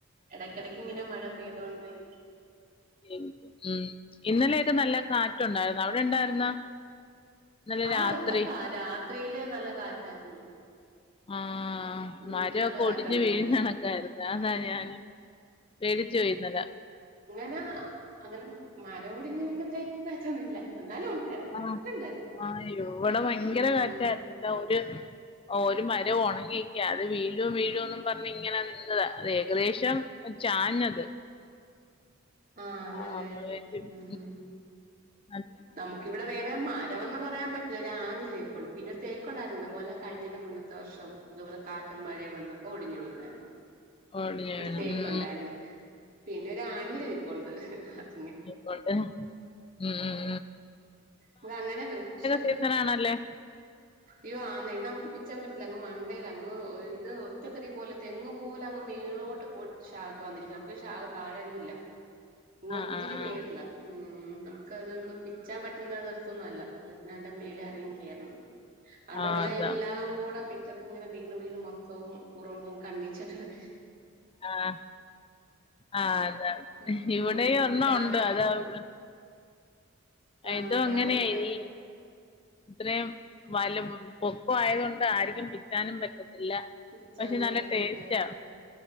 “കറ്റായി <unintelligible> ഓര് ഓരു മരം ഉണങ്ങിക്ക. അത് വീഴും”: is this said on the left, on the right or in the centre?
Left